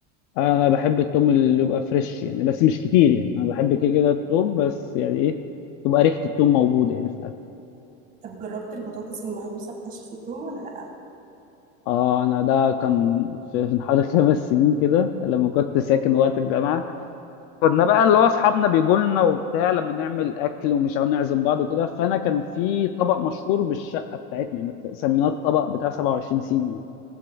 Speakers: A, on the left; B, on the right.
A: انا بحب التوم اللي يبقى فريش يعني بس مش كتير يعني انا بحب كده كده التوم بس يعني ايه تبقى ريحه التوم موجوده يعني في
B: طب جربت البطاطس المهروسه بطشة التوم ولا لا
A: اه انا ده كان في في حوالي <laughs> خمس سنين كده لما كنت ساكن وقت الجامعه كنا بقى اللي هو اصحابنا بيجوا لنا وبتاع لما نعمل اكل ومش عاوزين نعزم بعض وكده فانا كان في طبق مشهور بالشقه بتاعتنا يعني سميناه الطبق بتاع 27 سين يعني